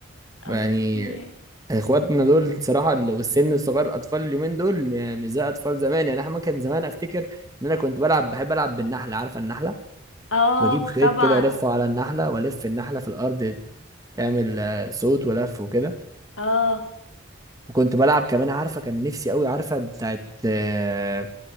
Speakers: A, on the left; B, on the right.
A: اوكي
B: يعني اخواتنا دول صراحة اللي- والسن الصغير الاطفال اليومين دول مش زي اطفال زمان يعني احنا كان زمان افتكر ان انا كنت بلعب بحب العب بالنحلة عارفة النحلة
A: اه
B: كنت بجيب خيط
A: طبعا
B: كده والفه على النحلة والف النحلة في الارض تعمل آه، صوت ولف وكده
A: اه
B: وكنت بلعب كمان عارفة كان نفسي قوي عارفة بتاعت آه،